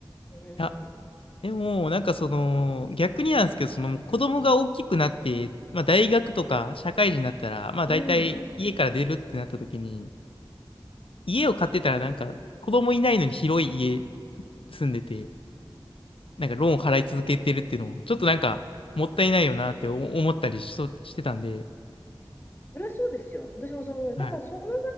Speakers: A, on the left; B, on the left.
A: うん。
B: いや、でも、なんかその、逆になんですけど、その子供が大きくなって、まあ大学とか社会人になったら、まあ大体家から出るってなった時に、
A: うん。
B: 家を買ってたらなんか子供いないのに広い家住んでて、なんかローン払い続けてるっていうのも、ちょっとなんか、もったいないよなって思思ったりしそ、してたんで、
A: あでもそれはそうですよ。私もそう思う。
B: はい。
A: だからその場合